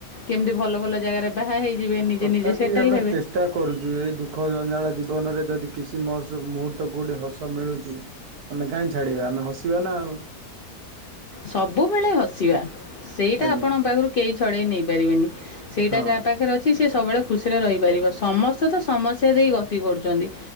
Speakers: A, on the left (about 50°); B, on the right (about 70°).
A: କେମିତି ଭଲ ଭଲ ଜାଗାରେ ବାହା ହେଇଯିବେ ନିଜେ
B: ତଥାପି
A: ନିଜେ ସେଟେଲ
B: ଆମେ
A: ହେବେ।
B: ଚେଷ୍ଟା କରୁଛୁ ଏହିଇ ଦୁଃଖ ଜଞ୍ଜାଳ ଜୀବନରେ ଯଦି କିଛି ମୁହୂର୍ତ୍ତକୁ କୋଉଠି ହସ ମିଳୁଛି ଆମେ କାହିଁ ଛାଡ଼ିବା ଆମେ ହସିବା ନା ଆଉ।
A: ସବୁବେଳେ ହସିବା ସେଇଟା
B: ଆଜ୍ଞା
A: ଆପଣଙ୍କ ପାଖରୁ କେହି ଛଡ଼େଇ ନେଇପାରିବେନି। ସେଇଟା
B: ହଁ।
A: ଯାହା ପାଖରେ ଅଛି ସେ ସବୁବେଳେ ଖୁସିରେ ରହିପାରିବ ସମସ୍ତେ ତ ସମସ୍ୟା ଦେଇ ଗତି କରୁଛନ୍ତି।